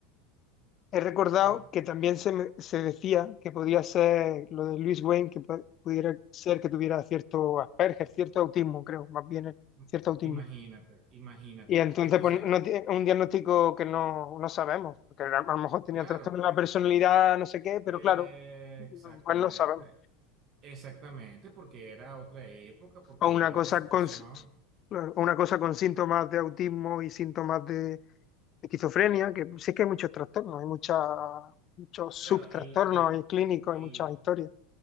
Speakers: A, on the left (about 40°); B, on the right (about 45°).
A: he recordado
B: ajá.
A: que también se, me- se decía que podía ser lo de Luis Wayne, que pu- pudiera ser que tuviera cierto Asperger, cierto autismo, creo, más bien eh,
B: M-
A: cierto autismo.
B: Imagínate, imagínate.
A: Y entonces,
B: Entonces,
A: pues, no tie- un diagnóstico que no, no sabemos, porque a, a lo mejor tenía
B: claro,
A: trastorno de la personalidad, no sé qué, pero
B: eh,
A: claro,
B: exactamente,
A: pues no sabemos.
B: exactamente, porque era otra época, porque
A: o una
B: era
A: cosa
B: otra situación.
A: con, o una cosa con síntomas de autismo y síntomas de esquizofrenia, que sí que hay muchos trastornos, hay mucha, muchos subtrastornos
B: Claro, el, el,
A: hay clínicos,
B: el,
A: hay muchas historias.